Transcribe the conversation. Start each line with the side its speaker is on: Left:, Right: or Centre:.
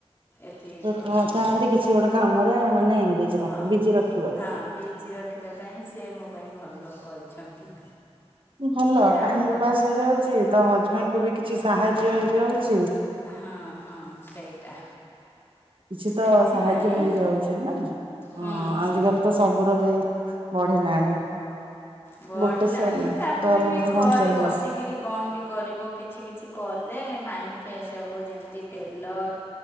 Left: ଏଠି
Right: ସେ
Left: କଲୋନୀରେ
Right: କେବଳ ଚାହାନ୍ତି କିଛି ଗୋଟେ କାମରେ ମାନେ ବିଜି
Left: ହଁ
Right: ର ବିଜି ରଖିବା
Left: ହଁ
Right: ପାଇଁ।
Left: ବିଜି ର ରଖିବା ପାଇଁ ସେ ମୋ ପାଇଁ ଭଲ କରିଛନ୍ତି।
Right: ଭଲ
Left: ସେ ଯାଉ
Right: ଟାଇମ ବି ପାସ୍ ହେଇଯାଉଛି ତ ହଜବେଣ୍ଡ କୁ ବି କିଛି ସାହାଯ୍ୟ ହେଇଯାଉଛି।
Left: ହଁ ହଁ ସେଇଟା।
Right: କିଛି
Left: ସେଥିପାଇଁ
Right: ତ ସାହାଯ୍ୟ ହେଇଯାଉଛି ନା ହଁ
Left: ହୁଁ ହୁଁ
Right: ଆଜିକାଲି। ତ ସବୁର ରେଟ ବଢିଲାଣି।
Left: ବଢିଲାଣି
Right: ଗୋଟେ ସେଲ
Left: ତାପରେ
Right: ଦରମାରେ
Left: ବି ଘରେ
Right: କଣ ଚଳିବ
Left: ବସି କିରି କଣ ବି କରିବ କିଛି କିଛି କଲେ ମାଇଣ୍ଡ ଫ୍ରେଶ ହବ ଯେମିତି ଟେଲର